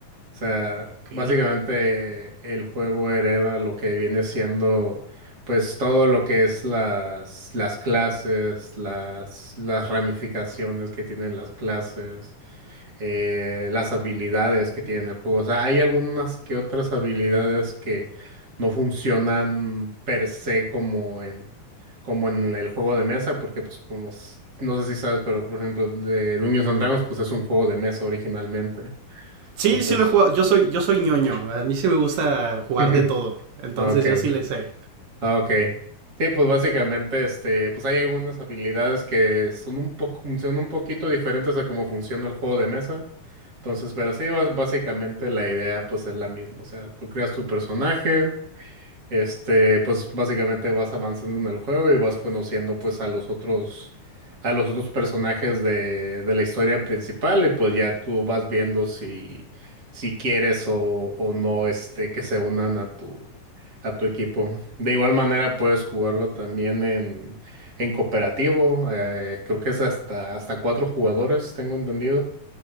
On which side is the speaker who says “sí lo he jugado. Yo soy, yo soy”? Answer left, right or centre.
Right